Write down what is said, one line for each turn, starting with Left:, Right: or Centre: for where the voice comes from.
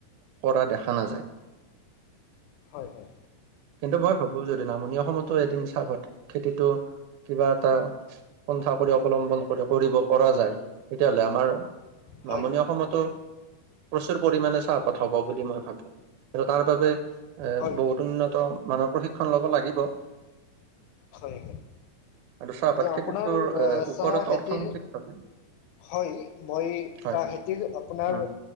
Right: কৰা দেখা নাযায়।
Left: হয় হয়।
Right: কিন্তু মই ভাবো যদি নামনি অসমতো এদিন চাহ পাত খেতিটো কিবা এটা পন্থা অৱলম্বন কৰি কৰিব পৰা যায় তেতিয়াহলে আমাৰ
Left: হয়
Right: নামনি অসমতো। প্ৰচুৰ পৰিমাণে চাহপাত হ'ব বুলি মই ভাবো। আৰু তাৰ বাবে এ বহুত
Left: হয়
Right: উন্নত মানৰ প্ৰশিক্ষণ লব লাগিব।
Left: হয়
Right: আৰু চাহপাত
Left: যে আপোনাৰ
Right: খেতিটোৰ এ
Left: আহ
Right: ওপৰত
Left: চাহ খেতিৰ
Right: অৰ্থনৈতিক ভাৱে
Left: হয় মই
Right: হয়
Left: চাহ খেতিৰ আপোনাৰ
Right: উম